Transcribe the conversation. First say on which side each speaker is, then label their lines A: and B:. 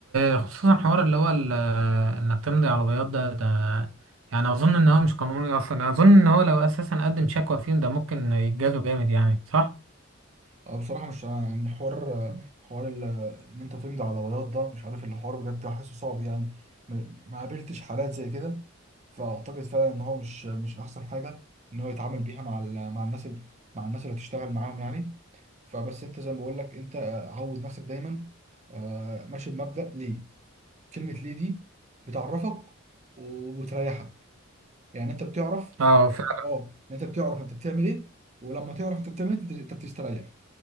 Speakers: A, on the right (about 80°); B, on the right (about 35°).
A: وخصوصا حوار اللي هو ال- انك تمضي على بياض ده ده يعني اظن ان هو مش قانوني اصلا اظن ان هو لو اساسا قدم شكوى فيهم ده ممكن يتجازوا جامد يعني صح؟
B: أه بصراحة مش يعني حوار آه، حوار ال- إن أنت تمضي على بياض ده مش عارف الحوار بجد حاسه صعب يعني م- ما قابلتش حالات زي كده فأعتقد فعلا إن هو مش مش أحسن حاجة إن هو يتعامل بيها مع ال- مع الناس ال- مع الناس اللي هتشتغل معاهم يعني فبس أنت زي ما بقول لك أنت آه، عود نفسك دايما آه، ماشي بمبدأ ليه كلمة ليه دي بتعرفك وبتريحك يعني أنت بتعرف
A: اه فعلا
B: أه يعني أنت بتعرف أنت بتعمل إيه ولما تعرف أنت بتعمل إيه أنت أنت بتستريح